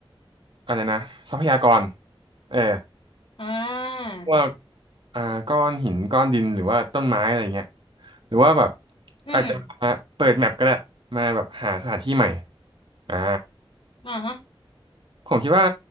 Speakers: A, on the right; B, on the left.
A: อะไรนะทรัพยากรเออ
B: อ่า
A: พวกอ่าก้อนหินก้อนดินหรือว่าต้นไม้อะไรเงี้ยหรือว่าแบบ
B: อืม
A: อาจจะมาเปิดแมปก็ได้มาแบบหาสถานที่ใหม่อ่า
B: อ่าฮะ
A: ผมคิดว่า